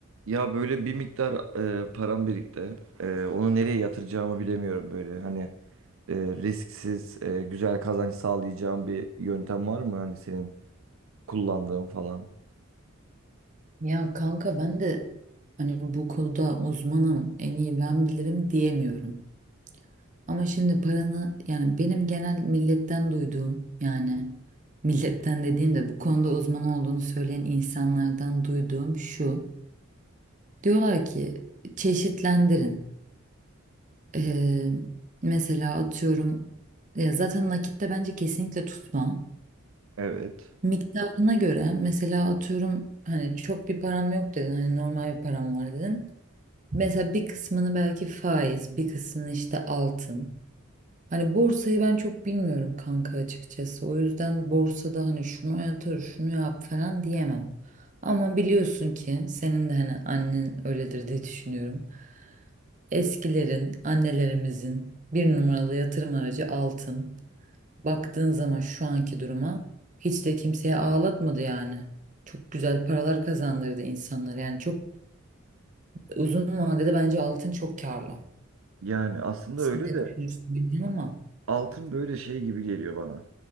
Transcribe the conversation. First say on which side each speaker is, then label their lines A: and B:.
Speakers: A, on the right; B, on the right.
A: Ya böyle bir miktar e, param birikti. E, onu nereye yatıracağımı bilemiyorum böyle. Hani e, risksiz, e, güzel kazanç sağlayacağım bir yöntem var mı? Hani senin kullandığın falan.
B: Ya kanka ben de hani bu konuda uzmanım, en iyi ben bilirim diyemiyorum. Ama şimdi paranı yani benim genel milletten duyduğum yani milletten dediğim de bu konuda uzman olduğunu söyleyen insanlardan duyduğum şu. Diyorlar ki çeşitlendirin. Ee, mesela atıyorum ya zaten nakitte bence kesinlikle tutma.
A: Evet.
B: Miktarına göre mesela atıyorum hani çok bir param yok dedin hani normal bir param var dedin. Mesela bir kısmını belki faiz, bir kısmını işte altın. Hani borsayı ben çok bilmiyorum kanka açıkçası. O yüzden borsada hani şunu yatır, şunu yap falan diyemem. Ama biliyorsun ki senin de hani annen öyledir diye düşünüyorum. Eskilerin, annelerimizin bir numaralı yatırım aracı altın. Baktığın zaman şu anki duruma hiç de kimseye ağlatmadı yani. Çok güzel paralar kazandırdı insanlar. Yani çok uzun vadede bence altın çok karlı.
A: Yani aslında
B: Siz
A: öyle
B: de
A: de
B: düşünürsünüz değil ama.
A: altın böyle şey gibi geliyor bana.